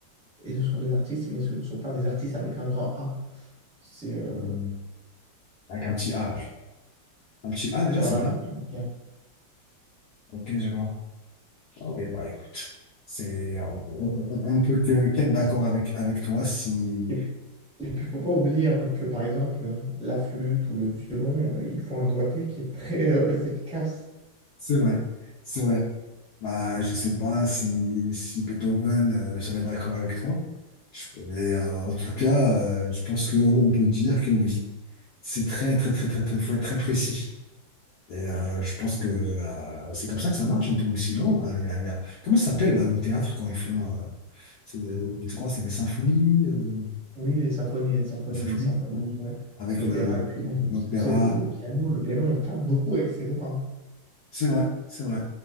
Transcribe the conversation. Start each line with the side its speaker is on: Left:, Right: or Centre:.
Centre: et ce sont des artistes, mais ce ne sont pas des artistes avec un grand A. C'est, euh,
Left: Mhm. Avec un petit A, alors. Un petit A, déjà,
Centre: voilà.
Left: c'est bien.
Centre: Et,
Left: Ok, je vois. Ok, bah écoute, c'est, on, on- on- on ne peut que qu'être d'accord avec, avec toi si.
Centre: et puis, il ne faut pas oublier hein, que, par exemple, la flûte ou le violon, euh, il faut un doigté qui est très euh, <laughs> efficace.
Left: C'est vrai, c'est vrai. Bah, je sais pas si, si Beethoven euh, serait d'accord avec toi. Je- mais euh, en tout cas, euh, je pense qu'on peut dire que oui. C'est très, très, très, très, très, faut être très précis. Et euh, je pense que euh, c'est comme ça que ça marche un peu aussi, non? Euh, il y a- il y a- Comment ça s'appelle là au théâtre quand ils font. euh, C'est, euh, je crois que c'est des symphonies, euh,
Centre: Oui, les symphonies, les symphonies,
Left: des symphonies,
Centre: les symphonies,
Left: ouais,
Centre: euh,
Left: avec
Centre: l'opéra,
Left: le,
Centre: et puis même,
Left: l'opéra.
Centre: tu sais, le, le piano, le piano, on tape beaucoup avec ses doigts. hein.
Left: C'est vrai, c'est vrai.